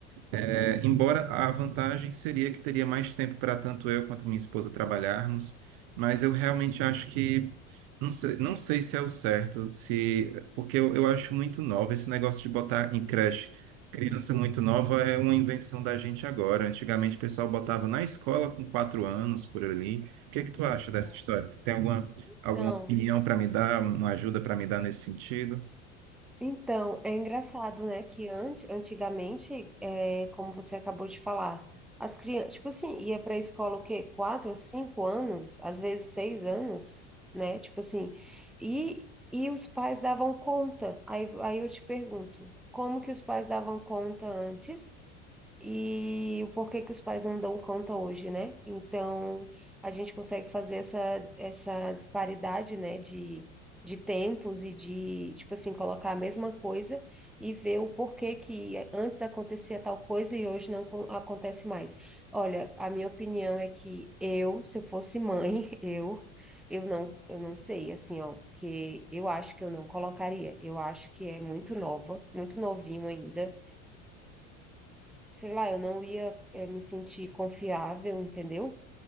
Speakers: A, on the right; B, in the centre.
A: É, embora a vantagem seria que teria mais tempo para tanto eu quanto minha esposa trabalharmos, mas eu realmente acho que não sei, não sei se é o certo, se porque eu, eu acho muito nova esse negócio de botar em creche. Criança muito nova é uma invenção da gente agora. Antigamente o pessoal botava na escola com quatro anos por ali. O que é que tu acha dessa
B: É.
A: história? Tu tem alguma,
B: Então.
A: alguma opinião para me dar, uma ajuda para me dar nesse sentido?
B: Então, é engraçado, né, que antes, antigamente, é, como você acabou de falar, as crianças, tipo assim, ia para a escola o quê? Quatro, cinco anos, às vezes seis anos, né? Tipo assim, e, e os pais davam conta. Aí, aí eu te pergunto, como que os pais davam conta antes? e o porquê que os pais não dão conta hoje, né? Então, a gente consegue fazer essa, essa disparidade, né, de, de tempos e de, tipo assim, colocar a mesma coisa e ver o porquê que antes acontecia tal coisa e hoje não co- acontece mais. Olha, a minha opinião é que eu, se eu fosse mãe, <laughs> eu. Eu não, eu não sei, assim, ó, porque eu acho que eu não colocaria. Eu acho que é muito nova, muito novinho ainda sei lá, eu não ia, eh, me sentir confiável, entendeu?